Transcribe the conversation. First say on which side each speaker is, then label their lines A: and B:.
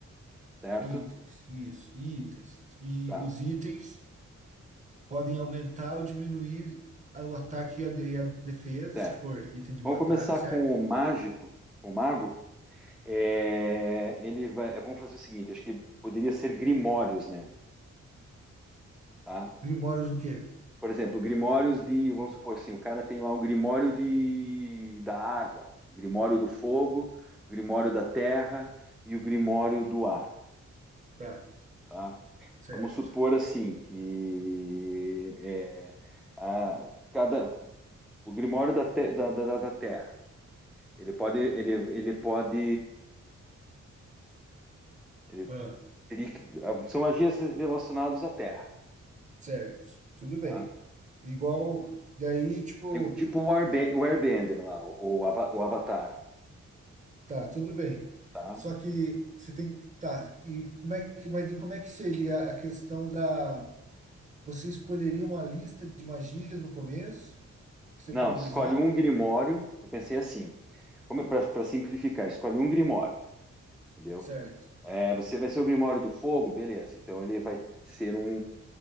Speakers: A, in the centre; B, on the right (about 25°).
A: certo?
B: Itens, isso, itens. E
A: Tá,
B: os itens podem aumentar ou diminuir a- o ataque e a, de- e a defesa,
A: certo.
B: se for item de
A: Vamos
B: batalha,
A: começar
B: certo?
A: com o mágico, com o mago. É, ele vai, é, vamos fazer o seguinte, acho que poderia ser grimórios, né? Tá?
B: Grimórios o quê?
A: Por exemplo, grimórios de, vamos supor assim, o cara tem lá um grimório de, da água, o grimório do fogo, o grimório da terra e o grimório do ar,
B: Tá,
A: tá?
B: certo.
A: Vamos supor assim que é, a- cada, o grimório da, te- da, da, da da terra, ele pode, ele, ele pode ele
B: Ah,
A: Teria que, ah, são magias relacionadas à Terra,
B: certo. Tudo bem.
A: tá?
B: Igual, daí, tipo,
A: É Tipo o, Airbe- o Airbender lá, o, o Ava- o Avatar,
B: tá, tudo bem.
A: tá?
B: Só que você tem que. Tá, e como é que, mas e como é que seria a questão da. Você escolheria uma lista de magias no começo que você
A: Não,
B: pode
A: escolhe
B: usar?
A: um grimório. Eu pensei assim, para simplificar, escolhe um grimório, entendeu?
B: Certo.
A: É, você vai ser o grimório do fogo, beleza. Então ele vai ser um,